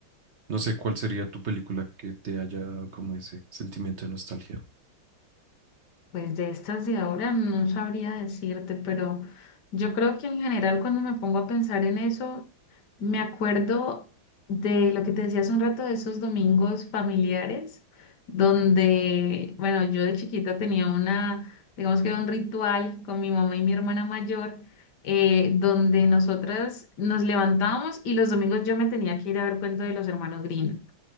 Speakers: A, on the right; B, on the left.
A: No sé cuál sería tu película que te haya dado como ese sentimiento de nostalgia.
B: Pues de estas de ahora no sabría decirte, pero yo creo que en general cuando me pongo a pensar en eso, me acuerdo de lo que te decía hace un rato de esos domingos familiares, donde, bueno, yo de chiquita tenía una, digamos que era un ritual con mi mamá y mi hermana mayor, eh, donde nosotras nos levantábamos y los domingos yo me tenía que ir a ver cuento de los hermanos Grimm.